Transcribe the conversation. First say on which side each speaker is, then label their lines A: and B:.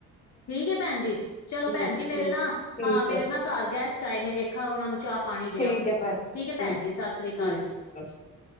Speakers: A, on the left (about 60°); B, on the left (about 30°).
A: ਠੀਕ ਹੈ ਭੈਨ ਜੀ, ਚਲੋ ਭੈਨ
B: ਠੀਕ
A: ਜੀ,
B: ਹੈ ਠੀਕ
A: ਮੇਰੇ ਨਾ
B: ਠੀਕ
A: ਮੇਰੇ
B: ਹੈ
A: ਨਾ ਘਰ ਗੈਸਟ ਆਏ ਨੇ, ਵੇਖ ਖਾ ਉਹਨਾਂ ਨੂੰ, ਮੈ ਚਾਹ-ਪਾਣੀ
B: ਠੀਕ
A: ਦਿਆਂ,
B: ਹੈ ਭੈਣ ਜੀ
A: ਠੀਕ ਹੈ ਭੈਣ ਜੀ, ਸਸਰੀ
B: ਠੀਕ
A: ਕਾਲ ਜੀ।
B: ਸਤਿ ਸ਼੍ਰੀ ਅਕਾਲ